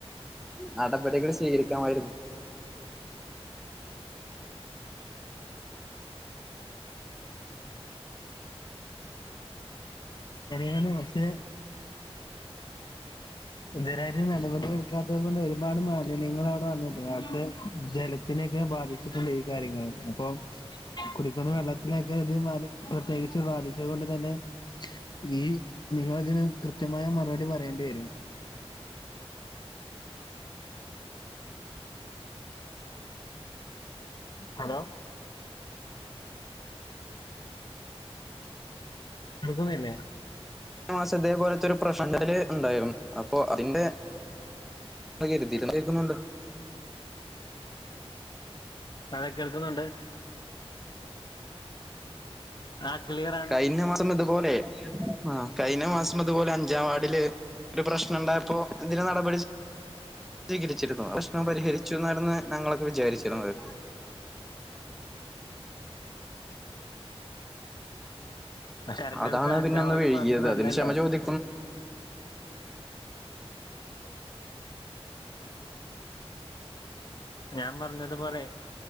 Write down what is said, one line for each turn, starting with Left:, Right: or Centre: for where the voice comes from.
Centre: നടപടികൾ സ്വീകരിക്കാമായിരുന്നു
Left: ഞാന് പക്ഷേ ഇതുരാ നടപടി എടുക്കാത്തത് കൊണ്ട് ഒരുപാട് മാലിന്യങ്ങൾ അവിടെ വന്നിട്ടുണ്ട് അവിടുത്തെ ജല ത്തിനെയൊക്കെ ബാധിച്ചിട്ടുണ്ട് ഈ കാര്യങ്ങൾ അപ്പൊ കുടിക്കുന്ന വെള്ളത്തിലൊക്കെ അത് പ്രത്യേകിച്ച് ബധിച്ചത് കൊണ്ട് തന്നെ ഈ നിങ്ങളതിന് കൃത്യമായ മറുപടി പറയേണ്ടി വരും ഹലോ കേക്കുന്നില്ലേ
Centre: മാസ ഇതേപോലത്തെ ഒരു പ്രശ്ന ഉണ്ടായിരുന്നു അപ്പൊ അതിൻ്റെ കരുതിട്ട <unintelligible> കേക്കുന്നുണ്ടോ
Left: അതെ കേൾക്കുന്നുണ്ട് ആ ക്ലിയർ ആണ്
Centre: കഴിഞ്ഞ മാസം ഇതുപോലെ ആഹ് കഴിഞ്ഞ മാസം അതുപോലെ അഞ്ചാം വാഡില് ഒരു പ്രശ്നം ഉണ്ടായപ്പോ എന്തിന് നടപടി സ്വീകരിച്ചിരുന്നു പ്രശ്നം പരിഹരിച്ചു ന്നാണ് ഞങ്ങളൊക്കെ വിചാരിച്ചിരുന്നത്
Left: പക്ഷെ തെരഞ്ഞെടുത്ത
Centre: അതാണ്
Left: അഞ്ചാം
Centre: പിന്നെ ഒന്ന്
Left: വാർഡ്
Centre: വഴുകിയത്
Left: മാത്രമല്ലല്ലോ
Centre: അതിന് ക്ഷമ ചോദി
Left: ഞാൻ പറഞ്ഞതുപോലെ